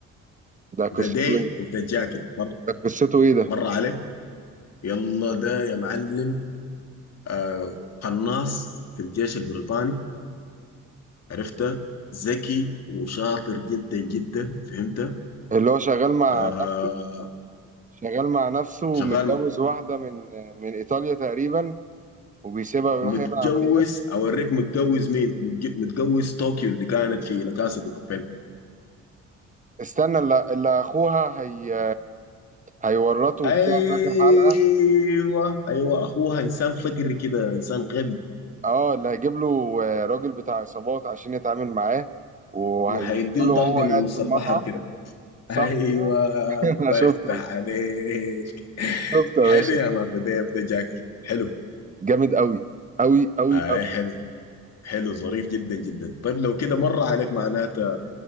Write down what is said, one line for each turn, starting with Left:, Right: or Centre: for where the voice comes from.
Right: ده
Left: ذا
Right: قصته
Left: داي
Right: ايه
Left: اوف ذا جاكيت مر
Right: ده قصته ايه ده
Left: مر عليك يلا ده يا معلم آه قناص في الجيش البريطاني عرفته ذكي وشاطر جدا جدا فهمته
Right: اللي هو شغال مع
Left: آه
Right: نفسه شغال مع نفسه ومتجوز
Left: شغال
Right: واحده من من ايطاليا تقريبا وبيسيبها ويروح
Left: متجوز
Right: يعمل عمليات
Left: اوريك متجوز مين متج- متجوز طوكيو اللي كانت في لكاسة في بابيل
Right: استنى اللي اللي اخوها هي هيورطه وبتاع
Left: ايوه
Right: في اخر حلقه
Left: ايوه اخوها انسان فقري كده انسان غبي
Right: اه اللي هيجيب له آه، راجل بتاع عصابات عشان يتعامل معاه وهيقتله
Left: وهيديه طلقه
Right: وهو
Left: من
Right: قاعد
Left: نص
Right: في المطعم
Left: البحر كده
Right: صح
Left: ايوه
Right: كده <laughs>
Left: الله
Right: انا شفته
Left: يفتح عليك
Right: شفته
Left: حلو
Right: يا باشا
Left: يا مان ده ديف ده جاكل حلو
Right: جامد قوي قوي قوي
Left: اي
Right: قوي
Left: حلو حلو ظريف جدا جدا طيب لو كده مر عليك معناته